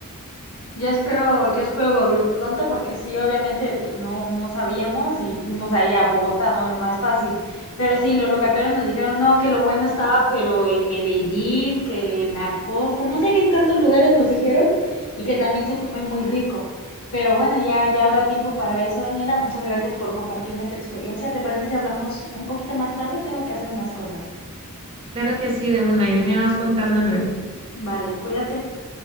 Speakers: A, on the left; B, on the right.
A: Yo espero, yo espero volver pronto porque sí, obviamente, pues no, no sabíamos y fuimos ahí a Bogotá, ¿no? Lo más fácil. Pero sí, los locatarios nos dijeron, no, que lo bueno estaba, pero en Medellín, que en la costa, no sé qué en tantos lugares nos dijeron y que también se come muy rico. Pero bueno, ya, ya habrá tiempo para eso, Daniela. Muchas gracias por compartirme tu experiencia. ¿Te parece si hablamos un poquito más tarde? Tengo que hacer unas cosas.
B: Claro que sí, de una, y me vas contando luego.
A: Vale, cuídate.